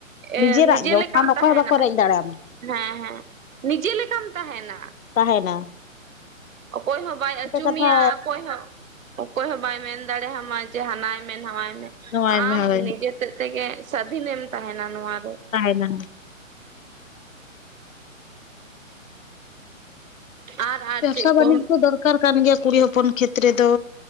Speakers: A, on the right; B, on the left.
A: ᱮ
B: ᱱᱤᱡᱮᱨᱟᱜ
A: ᱱᱤᱡᱮ
B: ᱜᱮ
A: ᱞᱮᱠᱟᱢ
B: ᱚᱱᱟ ᱫᱚ ᱚᱠᱚᱭ
A: ᱛᱟᱦᱮᱱᱟ᱾
B: ᱦᱚᱸ ᱵᱟᱠᱚ ᱨᱮᱡ ᱫᱟᱲᱮᱭᱟᱢᱟ
A: ᱦᱮᱸ ᱦᱮᱸ ᱱᱤᱡᱮ ᱞᱮᱠᱟᱢ ᱛᱟᱦᱮᱱᱟ᱾
B: ᱛᱟᱦᱮᱸᱱᱟ᱾
A: ᱚᱠᱚᱭ ᱦᱚᱸ ᱵᱟᱭ ᱟᱪᱩᱢᱤᱭ
B: ᱠᱟᱛᱷᱟ
A: ᱚᱠᱚᱭ ᱦᱚᱸ ᱚᱠᱚᱭ ᱦᱚᱸ ᱵᱟᱭ ᱢᱮᱱ ᱫᱟᱲᱮᱭᱟ ᱢᱟ, ᱡᱮ ᱦᱟᱱᱟᱭ ᱢᱮ ᱱᱟᱣᱟᱭ ᱢᱮ
B: ᱱᱚᱣᱟᱭ
A: ᱟᱢ
B: ᱢᱮ ᱦᱳᱭ
A: ᱱᱤᱡᱮ ᱦᱚᱛᱮᱫ ᱛᱮᱜᱮ ᱥᱟᱫᱷᱤᱱᱮᱢ ᱛᱟᱦᱮᱱᱟ ᱱᱚᱣᱟ ᱨᱮ᱾
B: ᱛᱟᱦᱮᱱᱟ᱾
A: ᱟᱨ ᱟᱨ
B: ᱵᱮᱵᱽᱥᱟ
A: ᱪᱮᱫ
B: ᱵᱟᱱᱤᱡᱽ
A: ᱠᱚ
B: ᱫᱚ ᱫᱚᱨᱠᱟᱨ ᱠᱟᱱ ᱜᱮᱭᱟ, ᱠᱩᱲᱤ ᱦᱚᱯᱚᱱ ᱠᱷᱮᱛᱨᱮ ᱫᱚ᱾